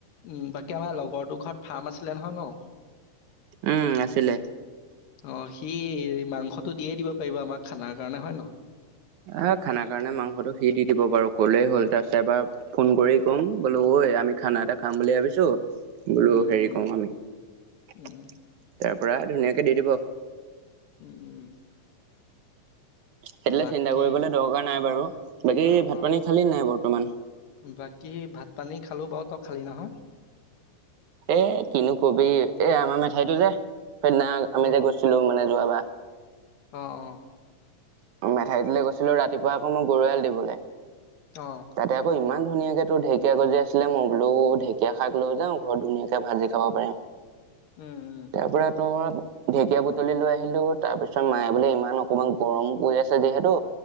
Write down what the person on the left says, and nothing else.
উম বাকী আমাৰ লগৰটো ঘৰত ফাৰ্ম আছিলে নহয় ন।
অহ, সি মাংসটো দিয়ে দিব পাৰিব। আমাক খানা কাৰণে হয় নহয়।
উম,
উম,
উম,
উম, উম
উম। বাকী
অ',
অ',
বাকী ভাত পানী খালোঁ বাৰু, তই খালি নহয়?
অ',
অহ, অহ
অহ।
উম, উম